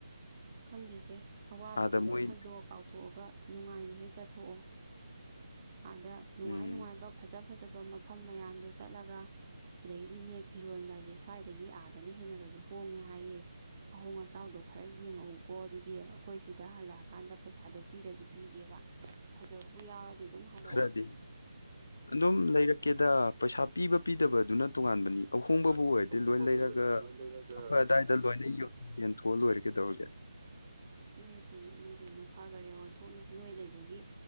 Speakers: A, on the right (about 35°); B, on the left (about 60°).
A: ꯈꯪꯗꯦꯁꯦ ꯑꯋꯥꯕꯒꯤ
B: ꯑꯥꯗ ꯃꯣꯏ
A: ꯋꯥꯈꯜꯗꯣ ꯀꯥꯎꯊꯣꯛꯑꯒ ꯅꯨꯡꯉꯥꯏꯅ ꯍꯦꯛ ꯆꯠꯊꯣꯛꯑꯣ ꯑꯗꯥ ꯅꯨꯡꯉꯥꯏ
B: ꯎꯝ
A: ꯅꯨꯡꯉꯥꯏꯕ ꯐꯖ ꯐꯖꯕ ꯃꯐꯝ ꯃꯌꯥꯝꯗꯣ ꯆꯠꯂꯒ ꯑꯗꯒꯤꯗꯤꯅꯦ ꯐꯤꯔꯣꯟꯒꯥꯏꯁꯦ ꯁ꯭ꯋꯥꯏꯗꯒꯤ ꯑꯥꯗꯅ ꯍꯦꯟꯅꯒꯁꯨ ꯍꯣꯡꯉꯦ ꯍꯥꯏꯌꯦ ꯑꯍꯣꯡ ꯑꯆꯥꯎꯗꯣ ꯈꯔ ꯌꯦꯡꯉꯛꯎꯀꯣ ꯑꯗꯨꯗꯤ ꯑꯩꯈꯣꯏ ꯁꯤꯗ ꯍꯜꯂꯛꯑꯀꯥꯟꯗ ꯄꯩꯁꯥꯗꯣ ꯄꯤꯔꯁꯨ ꯄꯤꯒꯦꯕ ꯐꯖꯕꯕꯨ ꯌꯥꯎꯔꯗꯤ ꯑꯗꯨꯝ ꯍꯥꯏꯔꯛꯑꯣ
B: ꯈꯔꯗꯤ ꯑꯗꯨꯝ ꯂꯩꯔꯛꯀꯦ ꯗ ꯄꯩꯁꯥ ꯄꯤꯕ ꯄꯤꯗꯕꯗꯨꯅ ꯇꯣꯉꯥꯟꯕꯅꯤ ꯑꯍꯣꯡꯕꯕꯨ
A: ꯇꯣꯉꯥꯟꯅ
B: ꯑꯣꯏꯔꯗꯤ
A: ꯑꯍꯣꯡꯕꯕꯨ
B: ꯂꯣꯏ ꯂꯩꯔꯒ
A: ꯑꯣꯏꯔꯗꯤ ꯂꯣꯏ ꯂꯩꯔꯒ
B: ꯑꯐ ꯑꯋꯥꯏꯗ ꯂꯣꯏꯅ ꯌ ꯌꯦꯟ ꯍꯣꯜ ꯑꯣꯏꯔꯒꯗꯣꯦ
A: ꯏꯃꯖꯦꯟꯕ ꯐꯈꯔꯦ ꯑꯣꯟꯊꯣꯛꯅ ꯅꯣꯏ ꯂꯩꯕꯒꯤ